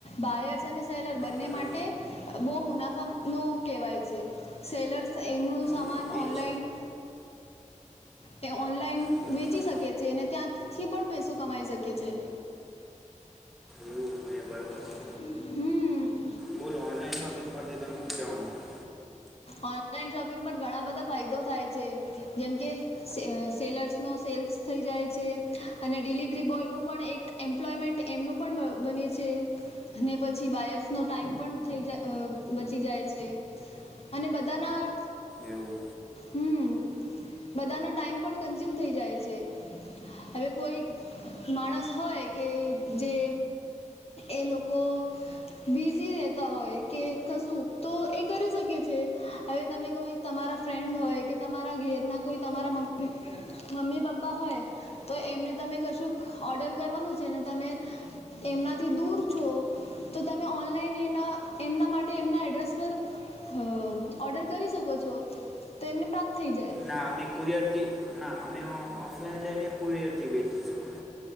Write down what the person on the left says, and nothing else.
બાયર્સ અને સેલર બંને
માટે બો મુનાફ નો કહેવાય છે, સેલર્સ એમનું સામાન
ઓનલાઈન
એ ઓનલાઈન
વેચી શકે છે અનેને ત્યાંથી પણ પૈસો કમાઈ શકે છે.
હમ્મ
ઓનલાઈન શોપિંગ પર ઘણા બધા ફાયદો થાય છે જેમકેે સેલર્સનો સેલ્સ થઈ જાય છે અને ડિલિવરી બોયનું પણ એક એમ્પ્લોયમેન્ટ એમનું પણ બની છે અને પછી બાયર્સ નો ટાઈમ પણ થઈ જાય અ બચી જાય છે અને બધાના
હમ્મ બધાનો ટાઈમ પણ કન્ઝ્યુમ થઈ જાય છે. હવે કોઈ માણસ હોય કે જે એ લોકો બીઝી રેતા હોય કે કશું તો એ કરી શકે છે હવે તમે કોઈ તમારા ફ્રેન્ડ હોય કે તમારા ઘેરના કોઈ તમારા મમ્મી મમ્મી પપ્પા હોય તો એમને તમે કશુંક ઓર્ડર કરવાનું છે ને તમે એમનાથી દૂર છો તો તમે ઓનલાઈન એના એમના માટે એમના એડ્રેસ પર હ ઓર્ડર કરી શકો છો તો એમને પ્રાપ્ત થઈ જાય.